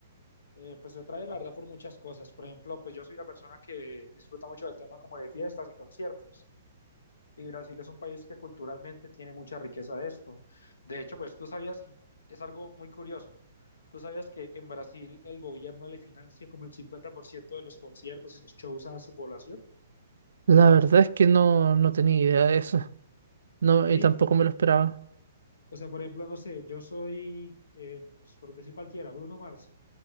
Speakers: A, on the left; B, on the right.
A: Eh, pues me trae la verdad por muchas cosas. Por ejemplo, pues yo soy una persona que disfruta mucho del tema como de fiestas y conciertos. Y Brasil es un país que culturalmente tiene mucha riqueza de esto. De hecho, pues tú sabías que es algo muy curioso. Tú sabías que en Brasil el gobierno le financia como el 50% de los conciertos y los shows a su población.
B: la verdad es que no, no tenía idea de eso. No,
A: Sí.
B: y tampoco me lo esperaba.
A: O sea, por ejemplo, no sé, yo soy, eh, pues, por decir cualquiera, Bruno Mars,